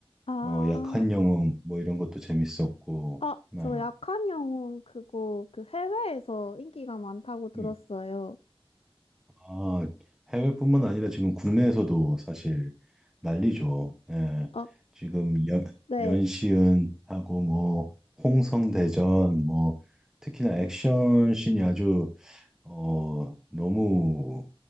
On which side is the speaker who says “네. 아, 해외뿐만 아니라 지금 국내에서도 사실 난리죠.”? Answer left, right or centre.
Centre